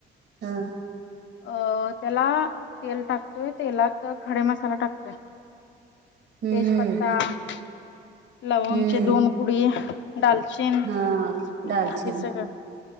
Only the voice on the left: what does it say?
अ त्याला तेल टाकतोय तेलात खडे मसाला टाकतोय
तेजपत्ता,
<inaudible> लवंगचे
दोन कुडी, <inaudible> दालचीन
हे
सगळं,